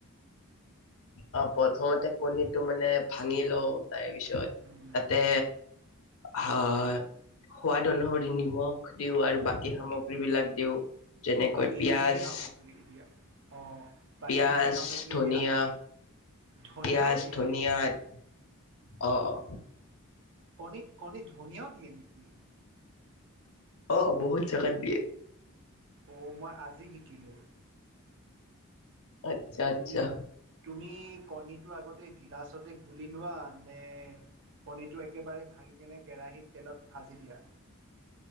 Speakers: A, on the left; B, on the right.
A: অ প্ৰথমতে কণীটো মানে ভাঙি লও তাৰ পিছত
B: উম,
A: তাতে, আহ সোৱাদ অনুসৰি নিমখ দিওঁ আৰু বাকী সামগ্ৰী বিলাক দিওঁ। যেনেকৈ
B: বাকী
A: পিঁয়াজ,
B: কি কি সামগ্ৰী দিয়া? অ', বাকী
A: পি‌য়াজ,
B: কি কি সামগ্ৰী
A: ধনিয়া।
B: দিয়া? ধনিয়াও
A: পিয়াজ,
B: দিয়া?
A: ধনিয়া আদি অ' অ'।
B: কণী কণী ধনিয়াও দিয়ে নেকি?
A: অ বহুত জেগাত দিয়ে।
B: অ' মই আজি শিকিলোঁ
A: আচ্ছা আচ্ছা
B: তুমি তুমি কণিত আগতে গিলাচতে গুলি লোৱা নে কণীটো এক একেবাৰে ভাঙিকেনে কেৰাহীত তেলত ভাজি দিয়া।